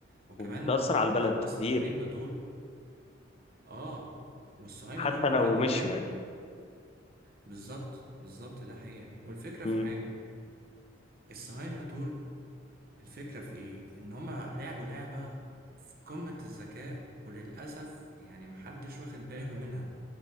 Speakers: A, on the right; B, on the left.
A: وكمان
B: وبتأثر على البلد
A: اللي هم
B: كتير
A: الصهاينة دول آه والصهاينة
B: حتى
A: دول بيلعبوا
B: لو مشيوا
A: لعبة
B: يعني
A: بالظبط بالظبط ده حقيقة والفكرة
B: امم
A: في حاجة الصهاينة دول الفكرة في إيه؟ إن هما لعبوا لعبة في قمة الذكاء وللأسف يعني محدش واخد باله منها